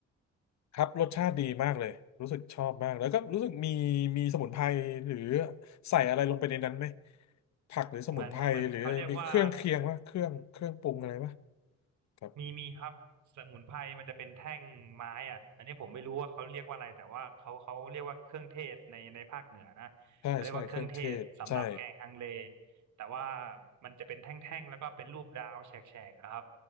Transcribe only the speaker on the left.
ครับรสชาติดีมากเลยรู้สึกชอบมากแล้วก็รู้สึกมีมีสมุนไพรหรือใส่อะไรลงไปในนั้นไหมผักหรือสมุนไพรหรือมีเครื่องเคียงวะเครื่องเครื่องปรุงอะไรวะ
ครับ
ใช่ใช่เครื่องเทศใช่